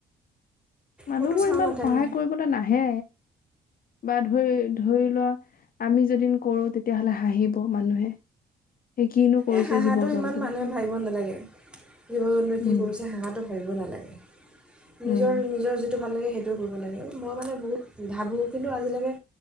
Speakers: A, on the left; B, in the centre.
A: মানুহবোৰ
B: ক'তো ছাঁ
A: ইমান
B: নাথাকে
A: সহায় কৰিবলৈ নাহে। বা ধৰি-ধৰি লোৱা, আমি যদি কৰোঁ তেতিয়াহ'লে হাঁহিব মানুহে। সেই কিনো কৰিছে
B: এহ হাঁহাটো
A: জীৱ জন্তুৰ
B: ইমান মানুহে
A: ওপৰত
B: ভাবিব নালাগে, জীৱ-জন্তুৱে কি
A: উম
B: কৰিছে হাঁহাটো ভাবিব নালাগে। নিজৰ,
A: উম
B: নিজৰ যিটো ভাল লাগে সেইটোৱে কৰিব লাগে, মই মানে বহুত ভাবোঁ কিন্তু আজিলৈকে,